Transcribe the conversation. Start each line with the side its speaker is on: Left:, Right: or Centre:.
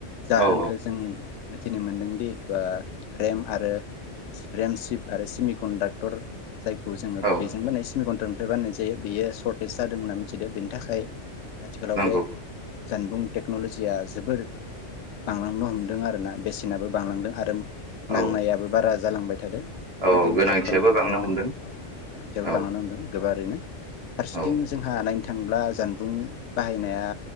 Left: जाहोनखौ
Right: औ
Left: जों मिथिनो मोन्दोंदि बा रेम आरो रेम सिप आरो सिमि कन्डाक्टर जायखौ जोङो
Right: औ
Left: बेजों होनाय सिमिकन्टन बानायनाय जायो बेयो सर्टेज जादों होनना मिथिदों बेनि थाखाय आथिखालाव
Right: नंगौ
Left: बे जानबुं टेक्नलजिया जोबोर बांलांनो हमदों आरो ना बेसेनाबो बांलांदों आरो नांनायाबो
Right: औ
Left: बारा जालांबाय थादो बेबायदिनो
Right: औ गोनांथियाबो
Left: जालांबाय थादों
Right: बांनो
Left: आरो
Right: हमदों
Left: ना औ गोनांथियाबो
Right: औ
Left: बांलांनो हमदों गोबारैनो <unintelligible>
Right: औ
Left: जोंहा <unintelligible> थांब्ला जानबुं बाहायनाया